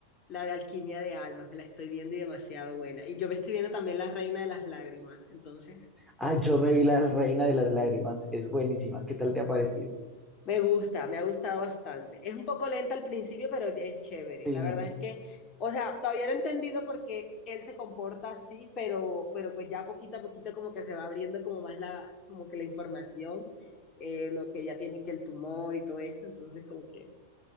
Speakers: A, on the left; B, in the centre.
A: La de Alquimia de Almas, me la estoy viendo y demasiado buena. Y yo me estoy viendo también La Reina de las Lágrimas, entonces
B: Ah, yo me vi La Reina de las Lágrimas, es buenísima. ¿Qué tal te ha parecido?
A: Me gusta, me ha gustado bastante. Es un poco lenta al principio, pero es chévere.
B: Sí,
A: La verdad es que, o sea, todavía no he entendido por qué él se comporta así, pero, pero pues ya poquito a poquito como que se va abriendo como más la, como que la información, eh, lo que ya tiene que el tumor y todo esto, entonces como que